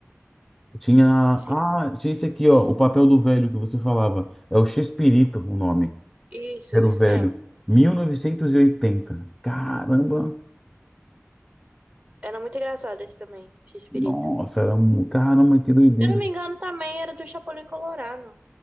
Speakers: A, in the centre; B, on the right.
A: Tinha,
B: Sim.
A: ah, tinha esse aqui, ó, o papel do velho que você falava. É o Chespirito o nome.
B: Isso,
A: Era o
B: isso
A: velho.
B: mesmo.
A: mil novecentos e oitenta. Caramba.
B: Era muito engraçado esse também, X-Pirito.
A: Nossa, era um, caramba, que doideira.
B: Se eu não me engano, também era do Chapolin Colorado.